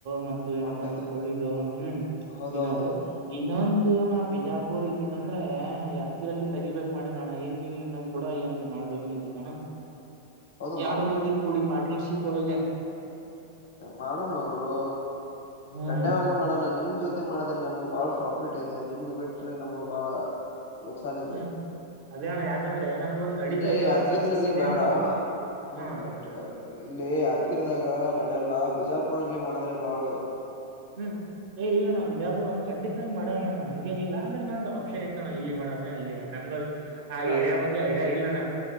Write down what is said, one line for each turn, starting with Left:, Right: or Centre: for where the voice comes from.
Right: ಮ ಏನಪ್ಪಾ
Left: ಮೊಟ್ಟೆದ
Right: ಅಂದ್ರೆ ಕಳಿದು ಹ್ಮ್
Left: ಹೌದೌದು
Right: ವಿನದ
Left: ಹೌದು
Right: ಇನ್ನೊಂದು ಇದು ನಾ ಬಿಜಾಪುರ್ ಇಲ್ಲ ಇದಂದ್ರೆ ಯಾದ್ಗಿರ ಅಲ್ಲಿ ತೆಗಿಬೇಕೇ ಮಾಡ ಣ ಏನ್ ನನ್ ಕೂಡ ಏನ್ ಮಾಡ್ಬೇಕಂದ ಅಣ್ಣ
Left: ಹೌದು
Right: ಆರಡುು ಮಂದಿ ಕೂಡಿ ಪಾರ್ನರ್ಶಿಪ್ ಹಳ
Left: ಮಾಡೋಣಗುರು
Right: ಹ್ಮ್
Left: ಕಡ್ಡಾಯವಾಗಿ ಮಾಡೋಣ ನಿಮ್ ಜೊತೆ ಮಾಡಿದ್ರೆ ನಮ್ಗ ಬಹಳ ಪ್ರಾಫಿಟ್ ಇದೆ ನಿಮ್ಗ ಬಿಟ್ರೆ ನಮ್ಗೂ ಬಹಳ ನುಕ್ಸಾನ್ ಇದೆ
Right: ಹ್ಮ್ ಅದೇ ಅಣ್ಣ ಯಾಕಂದ್ರೆ ನಮ್ದು ಒಂದ್ ನಡೀತಾ
Left: ಇಲ್ಲಿ
Right: ಇದೆ
Left: ಯಾದ್ಗೀರಿನಲ್ಲಿ
Right: ಒಂದ್ ಸಕ್ಸಸ್ ಇದೆ
Left: ಬೇಡ
Right: ಒಂದು
Left: ಹಾ
Right: ಹ್ಮ ಅಣ್ಣ
Left: ಕರೆಕ್ಟ್ ಕರೆಕ್ಟ್ ಇಲ್ಲಿ ಹದ್ಗಿರ್ದಾಗ ನಡೆಯಲ್ಲ ಬಿಜಾಪುರಲ್ಲಿ ಮಾಡಿದ್ರೆ ಬಹಳ
Right: ಹ್ಮ್ ಏ ಇಲ್ಲಣ್ಣ ಬಿಜಾಪುರ ಖಂಡಿತಾಗಿ ಮಾಡ್ಯವಣ್ಣ ಹಂಗೇನಿಲ್ಲ ಅಂದ್ರೆ ನಂದುಆಪ್ಷನ್ ಇತ್ತನ ಇಲ್ಲಿ ಮಾಡಮಮ್ಮೆ ಅಲ್ಲಿ ನಮಗಷ್ಟ ಆ
Left: ಇಲ್ಲ
Right: ಏರಿಯಾ ಬಗ್ಗೆ ಐಡಿಯಾ ಇಲ್ಲಣ್ಣ